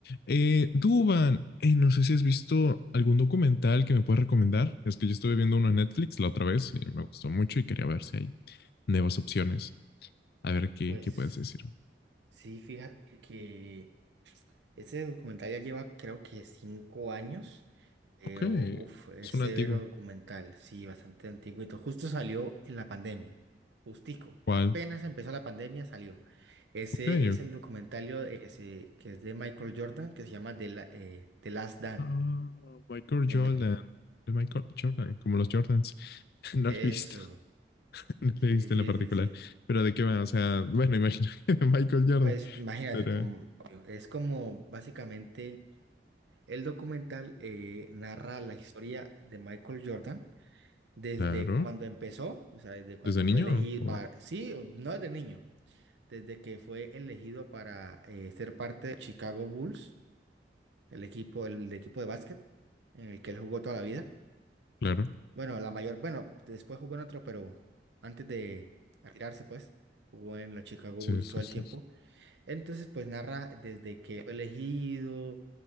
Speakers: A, on the left; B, on the right.
A: Eh, Duban, eh, no sé si has visto algún documental que me puedas recomendar. Es que yo estuve viendo uno en Netflix la otra vez y me gustó mucho y quería ver si hay nuevas opciones. A ver qué,
B: Pues
A: qué puedes decirme.
B: sí, fíjate que ese documental ya lleva creo que cinco años, pero
A: Ok, es
B: uf, es severo
A: una antigua.
B: documental, sí, bastante antiguito. Justo salió en la pandemia, justico,
A: ¿Cuál?
B: apenas empezó la pandemia salió. Ese
A: Ok,
B: es
A: ok.
B: el documentario eh, que, se- que es de Michael Jordan, que se llama The, La- eh, The Last Dance
A: Ah, Michael
B: de
A: Jordan.
B: Netflix.
A: De Michael Jordan, como los Jordans. <laughs> No
B: Eso,
A: lo he visto, <laughs> no
B: sí,
A: lo he visto
B: sí,
A: en la particular.
B: sí, sí.
A: Pero de qué va, o sea, bueno, imagino <laughs> de Michael Jordan.
B: Pues imagínate
A: Pero,
B: tú, es como básicamente El documental eh, narra la historia de Michael Jordan desde
A: claro,
B: cuando empezó, o sea, desde cuando
A: desde niño,
B: fue elegido
A: o
B: para, sí, o- no desde niño, desde que fue elegido para eh, ser parte de Chicago Bulls, el equipo, el, equipo de básquet en el que él jugó toda la vida.
A: claro.
B: Bueno, la mayor, bueno, después jugó en otro, pero antes de retirarse, pues, jugó en los Chicago
A: Sí,
B: Bulls
A: sí,
B: todo el
A: sí.
B: tiempo.
A: sí.
B: Entonces, pues narra desde que fue elegido,